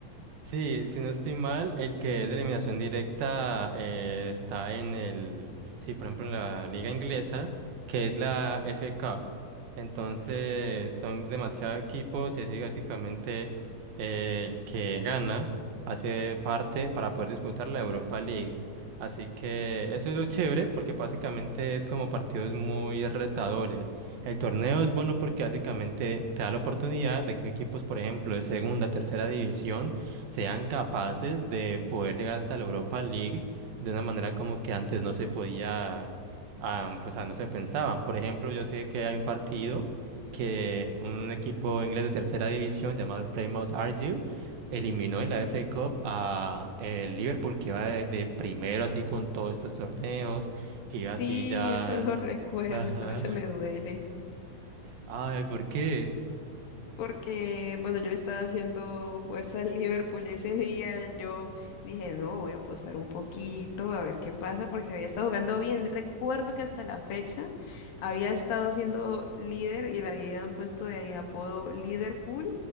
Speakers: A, on the right (about 80°); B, on the left (about 75°).
A: Sí, si no estoy mal, el que es de eliminación directa eh, está en el, sí, por ejemplo, en la liga inglesa, que es la FA Cup. Entonces, son demasiados equipos y así básicamente eh, el que gana hace parte para poder disputar la Europa League. Así que eso es lo chévere porque básicamente es como partidos muy retadores. El torneo es bueno porque básicamente te da la oportunidad de que equipos, por ejemplo, de segunda, tercera división, sean capaces de poder llegar hasta la Europa League de una manera como que antes no se podía, ah, pues ah, no se pensaban. Por ejemplo, yo sé que hay un partido que un equipo inglés de tercera división llamado el Plymouth Argyle eliminó en la FA Cup a el Liverpool que iba de, de primero así con todos estos torneos, que iba así
B: Sí,
A: ya...
B: eso lo <laughs> recuerdo,
A: Ajá.
B: eso me duele
A: Ay, ¿por qué?
B: porque, bueno, yo le estaba haciendo fuerza al Liverpool y ese día yo dije, no, voy a apostar un poquito a ver qué pasa, porque había estado jugando bien. Recuerdo que hasta la fecha había estado siendo líder y le habían puesto de ahí apodo Liverpool,